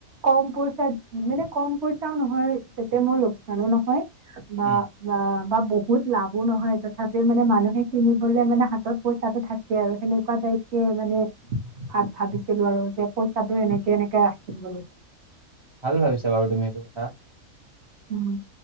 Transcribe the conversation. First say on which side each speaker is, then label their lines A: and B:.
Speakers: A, on the right (about 55°); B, on the right (about 40°).
A: কম পইচা মানে কম পইচাও নহয় যাতে মোৰ লোকচানো নহয়। বা
B: উম
A: বা বা বহুত লাভো নহয় তথাপি মানে মানুহে কিনিবলে মানে হাতত পইচাটো থাকে আৰু সেনেকুৱা টাইপকে মানে ভাবিছিলো আৰু যে পইচাটো এনেকে এনেকে ৰাখিম বুলি?
B: ভাল ভাবিছা বাৰু তুমি এইটো কথা।
A: উম।